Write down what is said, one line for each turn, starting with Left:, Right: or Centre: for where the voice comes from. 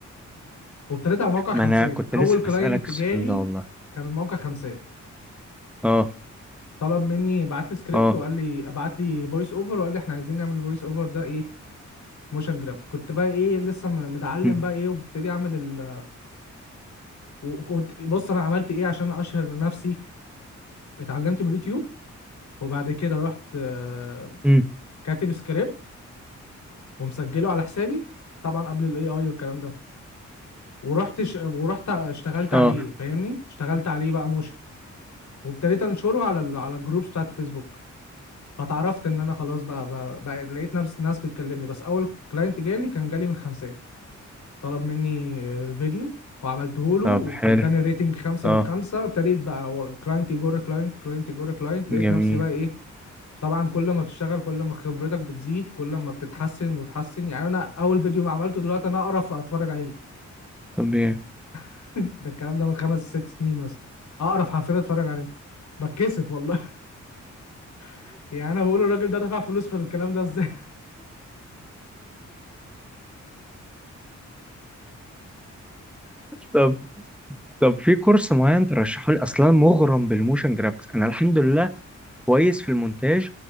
Left: وابتديت على موقع
Centre: ما
Left: خمسات
Centre: أنا كنت
Left: اول
Centre: لسه
Left: كلاينت
Centre: هسألك السؤال
Left: جالي
Centre: ده والله
Left: كان من موقع خمسات
Centre: اه
Left: طلب مني بعت لي سكريبت
Centre: اه
Left: وقال لي ابعت لي فويس اوفر وقال لي احنا عايزين نعمل فويس اوفر ده ايه موشن جرافيك كنت بقى ايه لسه م- متعلم
Centre: امم
Left: بقى ايه وابتدي اعمل ال... وكنت بص انا عملت ايه عشان اشهر نفسي اتعلمت من اليوتيوب وبعد كده رحت آه،
Centre: امم
Left: كاتب سكريبت ومسجله على حسابي طبعا قبل الاي اي والكلام ده ورحت ش... ورحت اشتغلت
Centre: اه
Left: عليه فاهمني اشتغلت عليه بقى موشن وابتديت انشره على ال... على الجروبس بتاعت الفيسبوك فتعرفت ان انا خلاص بقى, بقى... بقى لقيت ناس ناس بتكلمني بس اول كلاينت جالي كان جالي من خمسات طلب مني الفيديو وعملته له
Centre: طب
Left: واداني
Centre: حلو
Left: ريتنج خمسة
Centre: اه
Left: من خمسة ابتديت بقى كلاينت يجر كلاينت كلاينت يجر كلاينت لقيت
Centre: جميل
Left: نفسي بقى ايه طبعا كل ما بتشتغل كل ما خبرتك بتزيد كل ما بتتحسن وتحسن يعني انا اول فيديو ما عملته دلوقتي انا اقرف اتفرج عليه
Centre: طب ايه
Left: <laughs> ده الكلام ده من خمس ست سنين مثلا اقرف حرفيا اتفرج عليه بتكسف والله <laughs> يعني انا بقول الراجل ده دفع فلوس في الكلام ده ازاي
Centre: طب طب في كورس معين ترشحه لي اصلا مغرم بالموشن جرافيكس انا الحمد لله كويس في المونتاج